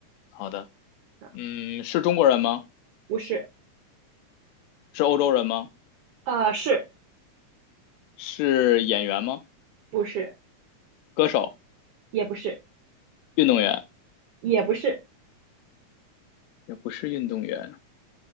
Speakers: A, on the left; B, on the right.
A: 好的，
B: 啊，
A: 嗯，是中国人吗？
B: 不是，
A: 是欧洲人吗？
B: 呃，是
A: 是演员吗？
B: 不是？
A: 歌手、
B: 也不是，
A: 运动员？
B: 也不是，
A: 也不是运动员，